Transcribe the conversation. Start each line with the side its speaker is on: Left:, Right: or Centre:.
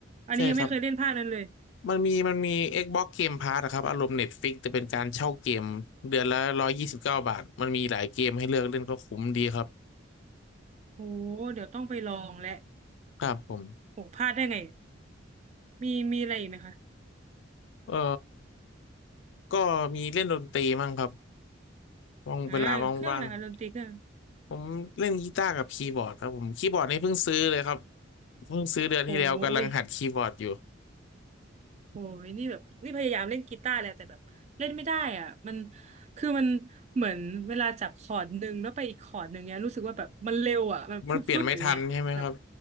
Right: อันนี้ยังไม่เคยเล่นภาคนั้นเลย
Left: ใช่ครับมันมีมันมี Xbox Game Pass อะครับอารมณ์ Netflix แต่เป็นการเช่าเกมเดือนละร้อยยี่สิบเก้าบาทมันมีหลายเกมให้เลือกเล่นก็คุ้มดีครับ
Right: โอ้เดี๋ยวต้องไปลองแหละ
Left: ครับผม
Right: โอ้พลาดได้ไงมีมีอะไรอีกไหมคะ
Left: เอ่อก็มีเล่นดนตรีมั่งครับว่างเวลาว่าง
Right: อ่าเครื่องอะไรคะดนตรีเครื่อง
Left: ๆผมเล่นกีตาร์กับคีย์บอร์ดครับผมคีย์บอร์ดนี่เพิ่งซื้อเลยครับเพิ่งซื้อเดือนที่แล้วกำลังหัดคีย์บอร์ดอยู่
Right: โอ้ย โอ้ยนี่แบบนี่พยายามเล่นกีตาร์แหละแต่แบบเล่นไม่ได้อ่ะมันคือมันเหมือนเวลาจับคอร์ดหนึ่งแล้วไปอีกคอร์ดหนึ่งเนี้ยรู้สึกว่าแบบมันเร็วอ่ะมันฟึบฟึบอย่างเงี้ยแบบ
Left: มันเปลี่ยนไม่ทันใช่ไหมครับ